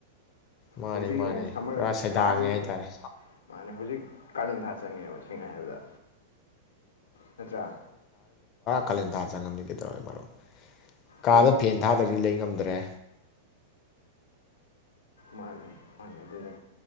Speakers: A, on the left; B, on the left.
A: ꯃꯥꯅꯤ
B: ꯍꯧꯖꯤꯛ
A: ꯃꯥꯅꯤ
B: ꯌꯦꯡꯉ ꯁꯃꯔ
A: ꯄꯨꯔꯥ ꯁꯩꯗꯥꯡꯉꯦ
B: ꯁꯥꯕꯒꯤ
A: ꯍꯥꯏꯇꯥꯔꯦ
B: ꯃꯥꯅ ꯍꯧꯖꯤꯛ ꯀꯥꯂꯦꯟ ꯊꯥ ꯆꯪꯉꯦꯕ ꯁꯦꯡꯅ ꯍꯥꯏꯕꯗ ꯅꯠꯇ꯭ꯔꯥ
A: ꯀꯥꯂꯦꯟꯊꯥ ꯆꯪꯉꯝꯅꯤ ꯀꯩꯗꯧꯔꯣ ꯃꯔꯨꯞ ꯀꯥꯗ
B: ꯍꯥꯏꯗꯤ
A: ꯐꯦꯟ ꯊꯥꯗꯔꯤ ꯂꯩ ꯉꯝꯗꯕ ꯇ꯭ꯔꯦ
B: ꯃꯥꯅꯦ ꯃꯥꯅꯦ ꯑꯗꯨꯅꯤ